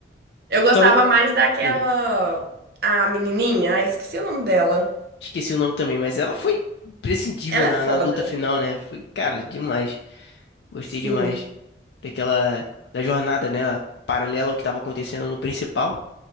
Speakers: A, on the right; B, on the left.
A: Eu gostava
B: Só não...
A: mais daquela.
B: Hum,
A: A menininha, ai, esqueci o nome dela.
B: esqueci o nome também, mas ela foi imprescindível
A: Ela
B: na,
A: é foda.
B: na luta final, né? Foi, cara, demais. Gostei
A: Sim.
B: demais daquela... da jornada, né? Paralela ao que tava acontecendo no principal.